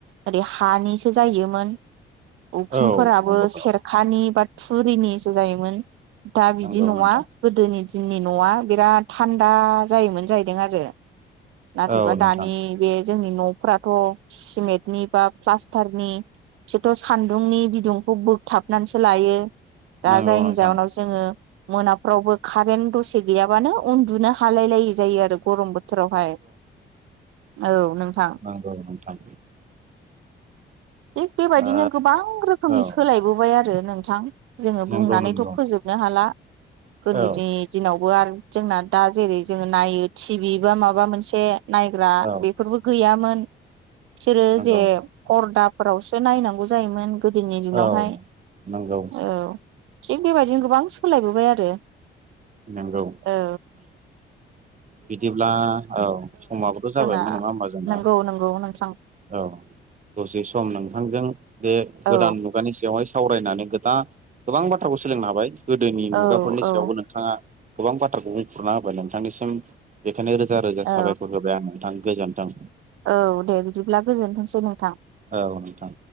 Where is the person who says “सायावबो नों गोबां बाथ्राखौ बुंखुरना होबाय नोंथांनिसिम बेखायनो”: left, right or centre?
Right